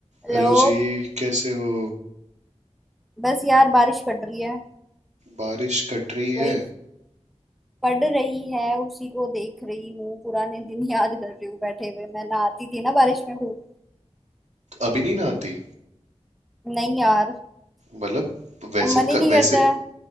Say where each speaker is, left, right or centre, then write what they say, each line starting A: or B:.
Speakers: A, in the centre; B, on the right (about 75°).
A: Hello
B: Hello जी कैसे हो
A: बस यार बारिश पड़ रही है
B: बारिश कट रही है
A: वही पड़ रही है उसी को देख रही हूँ पुराने दिन <laughs> याद कर रही हूँ बैठे हुए मैं नहाती थी ना बारिश में खूब
B: अभी नहीं नहाती
A: नहीं यार
B: मतलब वैसे
A: अब मन ही
B: क,
A: नहीं
B: वैसे
A: करता है